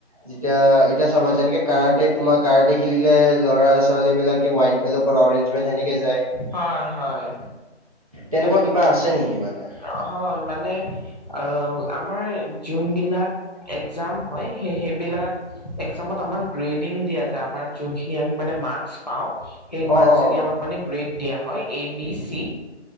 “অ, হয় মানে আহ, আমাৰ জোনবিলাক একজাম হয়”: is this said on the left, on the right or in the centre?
Left